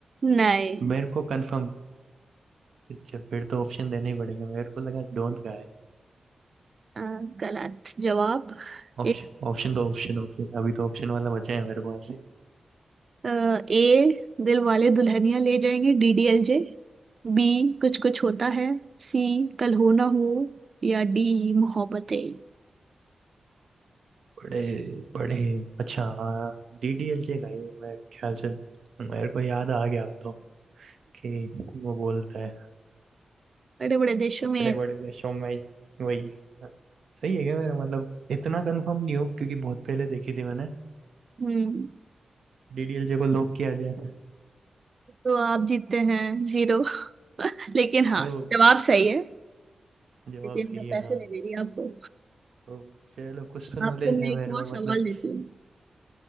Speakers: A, on the right; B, on the right.
A: नहीं
B: मेरे को कंफर्म अच्छा फिर तो ऑप्शन देने ही पड़ेंगे मेरे को लगा डोन का है
A: अ, गलत जवाब
B: ऑप्शन
A: एक
B: ऑप्शन तो ऑप्शन ऑप्शन अभी तो ऑप्शन वाला बचा है मेरे पास ही
A: ए दिल वाले दुल्हनिया ले जाएंगे डीडीएलजे बी कुछ कुछ होता है सी कल हो ना हो या डी मोहब्बतें
B: बड़े बड़े अच्छा डीडीएलजे का ये मेरे ख्याल से मेरे को याद आ गया अब तो कि वो बोलता है
A: बड़े बड़े देशों
B: बड़े
A: में
B: बड़े देशों में वही सही है क्या मेरा मतलब इतना कंफर्म नहीं हूँ क्योंकि बहुत पहले देखी थी मैंने
A: हम्म
B: डीडीएलजे को लॉक किया जाए
A: तो आप जीतते हैं जीरो <laughs> लेकिन हाँ
B: ओ,
A: जवाब सही है
B: जवाब
A: लेकिन
B: सही
A: मैं
B: है
A: पैसे
B: हाँ
A: नहीं दे रही आपको
B: ओ, चलो कुछ तो नॉलेज
A: आपको मैं
B: है
A: एक
B: मेरे में
A: और सवाल
B: मतलब
A: देती हूँ